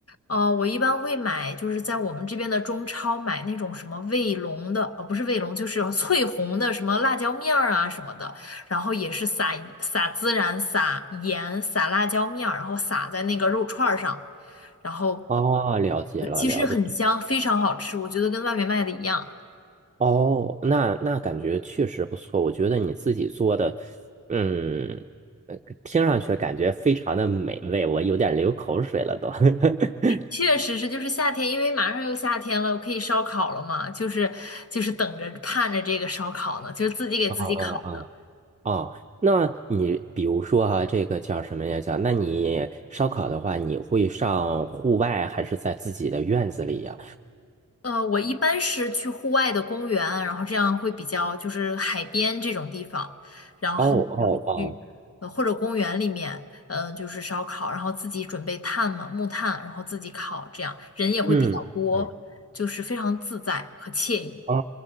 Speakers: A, on the left; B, on the right.
A: 呃，我一般会买，就是在我们这边的中超买那种什么卫龙的，呃，不是卫龙，就是翠红的什么辣椒面儿啊什么的，然后也是撒撒孜然、撒盐、撒辣椒面儿，然后撒在那个肉串儿上，然后
B: 哦，了解了，
A: 对其实很香，
B: 了解。
A: 非常好吃，我觉得跟外面卖的一样。
B: 哦，那那感觉确实不错。我觉得你自己做的，嗯，呃听上去感觉非常的美味，我有点流口水了都。<laughs>
A: 确实是，就是夏天，因为马上又夏天了，可以烧烤了嘛，就是就是等着盼着这个烧烤呢，就是自己给自己烤的。
B: 嗯嗯嗯。哦，那你比如说哈、这个叫什么呀？叫那你烧烤的话，你会上户外还是在自己的院子里呀？
A: 呃，我一般是去户外的公园，然后这样会比较就是海边这种地方，然后就是去呃或者公园里面，
B: 哦哦哦，
A: 呃就是烧烤，然后自己准备炭嘛，木炭，然后自己烤，这样人也会比较多，
B: 嗯嗯
A: 就是非常自在和惬意。
B: 啊，